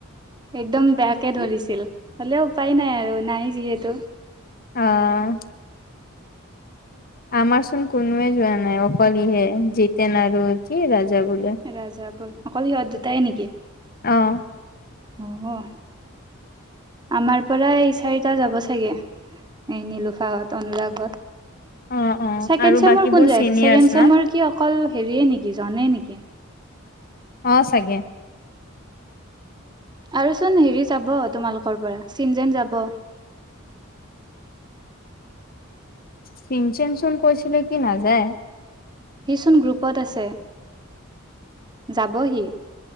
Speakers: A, on the right (about 20°); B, on the left (about 45°).
A: একদম বেয়াকে ধৰিছিল। হ'লেও উপায় নাই আৰু নাই যিহেতু
B: অহ। আমাৰ চোন কোনোৱে যোৱা নাই। অকল ইহে জতেন আৰু কি ৰাজা বোলে।
A: ৰাজাবোৰ অকল সিহঁত দুতাইয়ে নেকি।
B: অহ।
A: অ'। আমাৰ পৰা এই চাৰিটা যাব চাগে এই নিলোফাহত অনুৰাগ হত
B: অ অ
A: ছেকেন
B: আৰু
A: ছেমৰ
B: বাকীবোৰ
A: কোন যায়
B: চিনিয়ৰ্চ
A: আছে ছেকেন ছেমৰ
B: ন
A: কি অকল হেৰিয়ে নেকি জানে নেকি?
B: অ', চাগে।
A: আৰুচোন হেৰি যাব তোমালোকৰ পৰা চিন যেন যাব।
B: চিনচেন চোন কৈছিলে কি নাযায়।
A: সিচোন গ্ৰুপত আছে যাব হি।